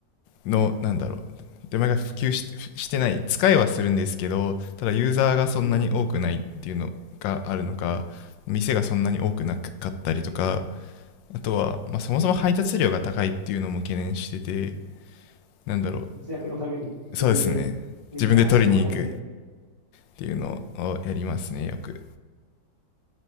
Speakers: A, on the left; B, on the right.
A: のなんだろう出前が普及ししてない使いはするんですけどただユーザーがそんなに多くないっていうのがあるのか店がそんなに多くなかったりとか
B: うん。
A: あとは、まあ、そもそも配達料が高いっていうのも懸念しててなんだろ
B: 節約のために自分で自ら足を運んで。
A: うそうですね自分で取りに行くっていうのをやりますねよく
B: うん。